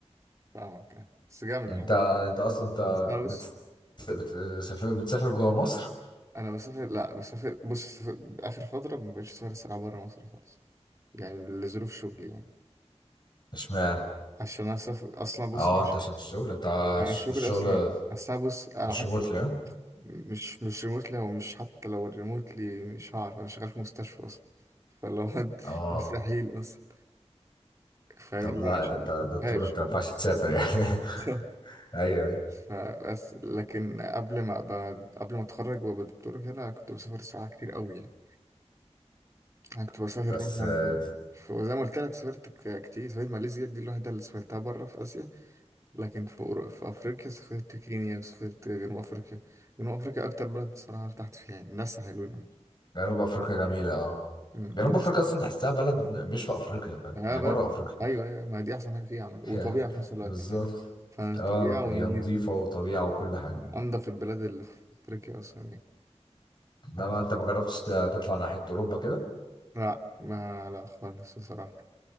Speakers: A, on the right; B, on the left.
A: فاهمك آه. بس جامد
B: انت
A: الحوار
B: انت
A: ده
B: اصلا انت
A: اصل أنا بص
B: بت- بتسافر بتسافر جوه مصر
A: انا بسافر لا بسافر بص سافر... اخر فتره ما بقتش اسافر الصراحه بره مصر خالص يعني لظروف شغلي يعني
B: اشمعنى
A: عشان انا اسافر اصلا بص
B: اه
A: انا مش-
B: انت عشان الشغل انت
A: يعني
B: ش-
A: الشغل
B: الشغل
A: اصلا اصلا بص انا
B: مش
A: حتى
B: ريموتلي ها
A: مش مش ريموتلي او مش حتى لو الريموتلي مش هعرف انا شغال في مستشفى اصلا فلو هد
B: اه
A: <laughs> مستحيل اصلا فاهم
B: طب
A: لا
B: لا
A: مش
B: انت
A: مفيهاش
B: دكتور انت ما ينفعش تسافر يعني
A: بالظبط.
B: <laughs> ايوه ايوه
A: فبس <laughs> لكن قبل ما ابقى قبل ما اتخرج وابقى دكتور كده أنا كنت بسافر الصراحه كتير قوي يعني انا كنت بسافر
B: بس
A: مثلا
B: آه،
A: في زي ما قلت لك سافرت ك- كتير سافرت ماليزيا دي الوحيده اللي سافرتها بره في اسيا لكن في أورو... في افريقيا سافرت كينيا سافرت جنوب افريقيا جنوب افريقيا اكتر بلد الصراحه ارتحت فيها يعني الناس حلوين أوي.
B: جنوب افريقيا جميله اه
A: الناس
B: جنوب افريقيا اصلا تحسها بلد مش في افريقيا فاهم
A: اه
B: هي
A: بلد
B: بره افريقيا
A: ايوه ايوه ما دي احسن حاجه فيها عامه وطبيعه
B: يعني
A: في نفس الوقت
B: بالظبط
A: فاهم فطبيعه
B: اه
A: ونضيف
B: هي نظيفة وطبيعة وكل حاجة
A: انضف البلاد اللي في افريقيا اصلا يعني
B: انما انت ما جربتش ت- تطلع ناحية اوروبا كده
A: لا ما لا خالص الصراحه